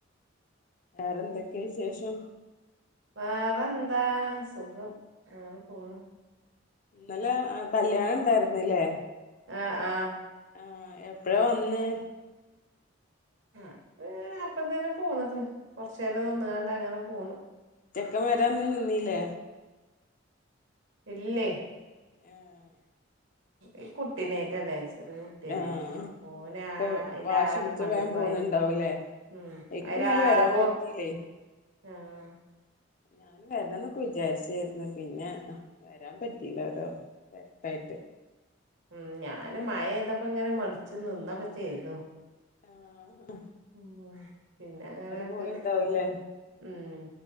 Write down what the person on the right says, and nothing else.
വേറെന്താ. സുഖം. അങ്ങനെ പോണ്.
ആഹ്! ആഹ്!
അഹ് ഹെ അപ്പ തന്നെ പോന്ന്ക്ണ്. കൊർചേരം
നിന്നുകാണ്ട് അങ്ങനെ പോന്ന്.
ഇല്യേയ്.
ഈ കുട്ടിനേറ്റല്ലേ. ചെറീ കുട്ട്യല്ലേ.
അപ്പ ഓനെ
ആഹ്
ല്ലാരും
മണ്ടിപ്പായല്.
ഉം
അയില്
ആകോ
ആഹ്!
ശരി
ഉം ഞാനും മഴയ്തപ്പോ ങ്ങനെ മടിച്ചു നിന്നൊക്കെ ചെയ്തു.
ഉം പിന്നെ ങ്ങനാണ്ട്
പൊ ഉം